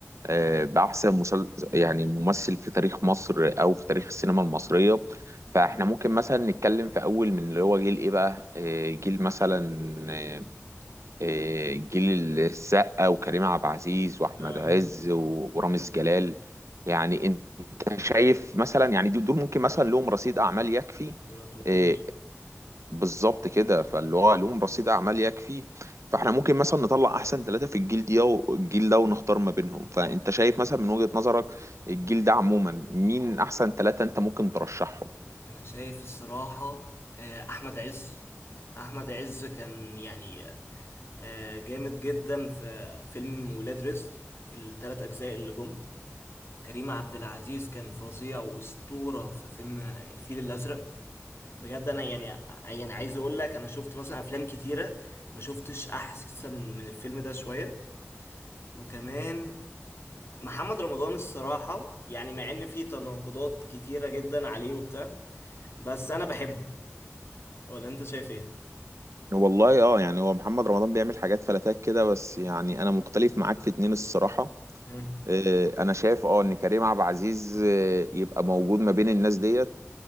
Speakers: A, on the right (about 75°); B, on the left (about 55°).
A: آه، بأحسن مسل... يعني ممثل في تاريخ مصر او في تاريخ
B: اه
A: السينما المصرية فاحنا ممكن مثلا نتكلم في اول من اللي هو جيل ايه بقى آه، جيل مثلا آه، آه، جيل السقا وكريم عبد العزيز واحمد
B: آه،
A: عز و- ورامز جلال يعني انت شايف مثلا يعني دول دول ممكن مثلا لهم رصيد اعمال يكفي
B: دولت وحوش
A: آه، بالظبط كده فاللي هو لهم رصيد اعمال يكفي فاحنا ممكن مثلا نطلع احسن ثلاثة في الجيل دي والجيل ده ونختار ما بينهم فانت شايف مثلا من وجهة نظرك الجيل ده عموما مين احسن ثلاثة انت ممكن ترشحهم
B: انا شايف الصراحة آه، احمد عز احمد عز كان يعني آه، جامد جدا في فيلم ولاد رزق الثلاث اجزاء اللي جم كريم عبد العزيز كان فظيع واسطورة في فيلم الفيل الازرق بجد انا يعني يعني عايز اقول لك انا شفت مثلا افلام كتيرة ما شفتش احسن من الفيلم ده شوية وكمان محمد رمضان الصراحة يعني مع ان في تناقضات كتيرة جدا عليه وبتاع بس انا بحبه ولا انت شايف ايه
A: والله اه يعني هو محمد رمضان بيعمل حاجات فلاتات كده بس يعني انا مختلف معاك في اتنين الصراحة
B: مم.
A: آه، انا شايف اه ان كريم عبد العزيز آه، يبقى موجود ما بين الناس ديت